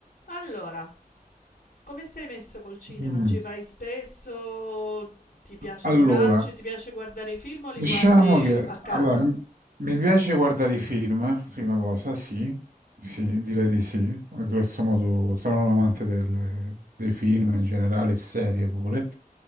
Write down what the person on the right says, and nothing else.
Mm.
Allora,
diciamo
che
allora, m- mi piace guardare i film, prima cosa, sì, sì, direi di sì, a grosso modo sono un amante del- dei film in generale, serie pure,